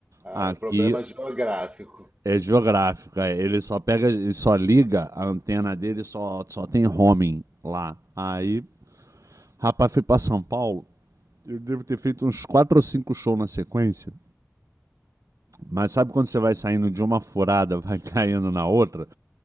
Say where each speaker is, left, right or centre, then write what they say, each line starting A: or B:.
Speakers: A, on the right; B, on the right.
A: Ah,
B: Aqui
A: o problema geográfico.
B: é geográfica. Ele só pega, ele só liga a antena dele, só, só tem roaming lá. Aí, rapaz, fui pra São Paulo. Eu devo ter feito uns quatro ou cinco shows na sequência. Mas sabe quando você vai saindo de uma furada, <laughs> vai caindo na outra?